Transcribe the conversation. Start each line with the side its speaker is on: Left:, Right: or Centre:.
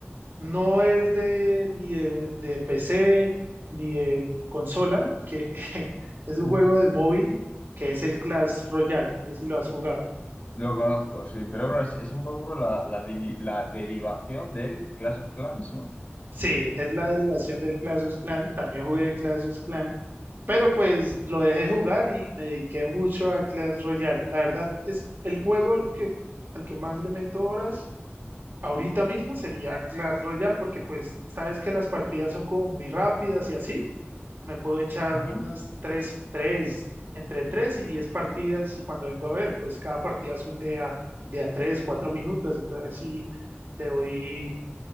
Right: no es de ni de, de PC ni de consola, que <laughs> es un
Left: ujú.
Right: juego de móvil que es el Clash Royale, no sé si lo has jugado.
Left: Lo conozco, sí, pero bueno, es, es un poco la, la, divi- la derivación del Clash of Clans, ¿no?
Right: Sí, es la derivación del Clash of Clans, también jugué Clash of Clans Pero pues lo dejé jugar y me dediqué mucho a Clash Royale. La verdad es el juego que, al que más le meto horas ahorita mismo sería Clash Royale porque pues sabes que las partidas son como muy rápidas y así. Me puedo echar
Left: Ujú,
Right: unas 3 3 entre 3 y 10 partidas y cuando vengo a ver pues cada partida son de a, de a 3 4 minutos. Entonces sí le doy